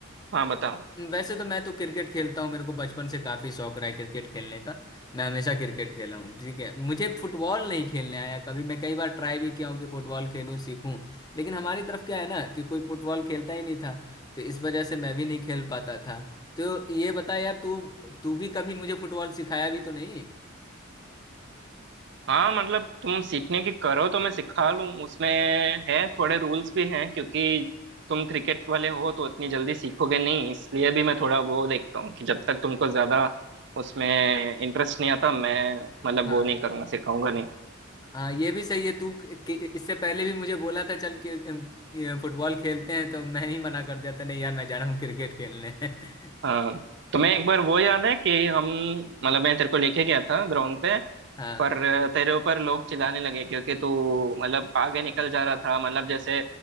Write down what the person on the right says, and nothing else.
हाँ बताओ
हाँ मतलब तुम सीखने की करो तो मैं सिखा लूँ उसमें है थोड़े रूल्स भी हैं क्योंकि तुम क्रिकेट वाले हो तो इतनी जल्दी सीखोगे नहीं इसलिए भी मैं थोड़ा वो देखता हूँ कि जब तक तुमको ज्यादा उसमें इंटरेस्ट नहीं आता मैं मतलब
वो नहीं करूँगा सिखाऊंगा नहीं
हाँ तुम्हें एक बार वो याद है कि हम मतलब मैं तेरे को लेके गया था ग्राउंड पे
पर तेरे ऊपर लोग चिल्लाने लगे क्योंकि तू मतलब आगे निकल जा रहा था मतलब जैसे